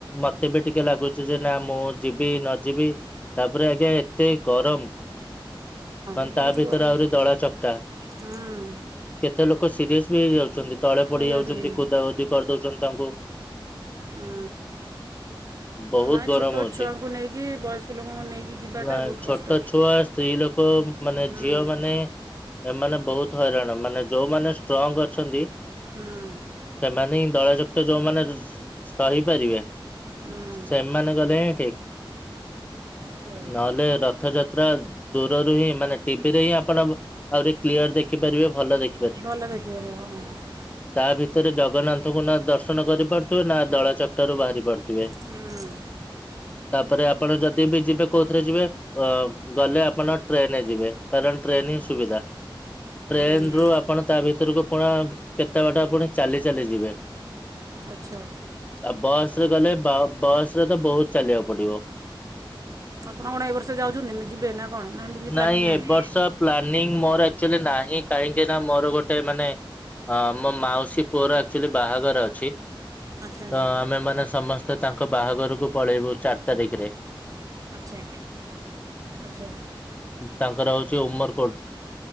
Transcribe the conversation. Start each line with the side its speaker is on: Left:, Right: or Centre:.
Left: ମତେ ବି ଟିକେ ଲାଗୁଚି ଯେ ନା ମୁଁ ଯିବି ନ ଯିବି ତାପରେ ଆଜ୍ଞା ଏତେ ଗରମ। ମାନେ
Right: ଏ
Left: ତା
Right: ବହୁତ
Left: ଭିତରେ
Right: ଗରମ
Left: ଆହୁରି ଦଳା ଚକ୍ଟା
Right: ହୁଁ
Left: କେତେ ଲୋକ ସିରିଏସ୍ ବି ହେଇଯାଉଚନ୍ତି ତଳେ ପଡି
Right: ହେଇଯାଉଛନ୍ତି
Left: ଯାଉଚନ୍ତି କୁଦା କୁଦି କରିଦଉଚନ୍ତି ତାଙ୍କୁ।
Right: ଉଁ।
Left: ବହୁତ
Right: ନାଇଁ
Left: ଗରମ
Right: ଛୋଟ
Left: ହଉଛି।
Right: ଛୁଆଙ୍କୁ ନେଇକି ବୟସ୍କ ଲୋକଙ୍କୁ ନେଇକି ଯିବାଟା
Left: ନା
Right: ବହୁତ
Left: ଛୋଟ
Right: କଷ୍ଟ।
Left: ଛୁଆ ସ୍ତ୍ରୀ ଲୋକ ମାନେ
Right: ହୁଁ
Left: ଝିଅ ମାନେ ଏମାନେ ବହୁତ ହଇରାଣ ମାନେ ଯୋଉମାନେ ଷ୍ଟ୍ରଙ୍ଗ ଅଛନ୍ତି
Right: ହୁଁ।
Left: ସେମାନେ ହିଁ ଦଳାଚକଟା ଯୋଉମାନେ ସହିପାରିବେ
Right: ହୁଁ
Left: ସେମାନେ ଗଲେ ହିଁ ଠିକ୍
Right: ସେଇଆ।
Left: ନହେଲେ ରଥଯା ତ୍ରା ଦୂରରୁ ହିଁ ମାନେ ଟିଭିରେ ହିଁ ଆପଣ ଆହୁରି କ୍ଲିୟର ଦେଖିପାରିବେ ଭଲ ଦେ
Right: ଭଲ ଦେଖିପାରିବେ ହଁ।
Left: ତା ଭିତରେ ଜଗନ୍ନାଥଙ୍କୁ ନା ଦର୍ଶନ କରିପାରୁଥୁବେ ନା ଦଳ ଚକଟାରୁୁ ବାହାରି ପାରୁଥିବେ।
Right: ହୁଁ।
Left: ତାପରେ ଆପଣ ଯଦି ବି ଯିବେ କୋଉଥିରେ ଯିବେ ଅ ଗଲେ ଆପଣ ଟ୍ରେନ ରେ ଯିବେ କାରଣ ଟ୍ରେନ ହିଁ ସୁବିଧା। ଟ୍ରେନ
Right: ହୁଁ
Left: ରୁ ଆପଣ ତା ଭିତୁରୁକୁ ପୁଣା କେତେ ବାଟ ପୁଣି ଚାଲି ଚାଲି ଯିବେ।
Right: ଆଚ୍ଛା।
Left: ଆଉ ବସ ରେ ଗଲେ ବ-ବସ ରେ ତ ବହୁତ ଚାଲିବାକୁ ପଡିବ।
Right: ଆପଣ କଣ ଏଇ ବର୍ଷ ଯାଉଚନ୍ତି ନା ଯିବେ ନା କଣ ନା ଏମିତି କିଛି
Left: ନାଇଁ
Right: ପ୍ଲାନିଙ୍ଗ ନାହିଁ?
Left: ଏ ବର୍ଷ ପ୍ଲାନିଂ ମୋର ଅକ୍ଚୁଆଲି ନାହିଁ କାହିଁକି ନା ମୋର ଗୋଟେ ମାନେ ଅ ମୋ ମାଉସୀ ପୁଅର ଆକ୍ଚୁଆଲି ବାହାଘର ଅଛି। ତ
Right: ଆଚ୍ଛା ଆଚ୍ଛା
Left: ଆମେ ମାନେ ସମସ୍ତେ ତାଙ୍କ ବାହାଘରୁକୁ ପଳେଇବୁ ଚାରି ତାରିକରେ।
Right: ଆଚ୍ଛା ଆଚ୍ଛା।
Left: ତାଙ୍କର ହଉଚି ଉମରକୋଟ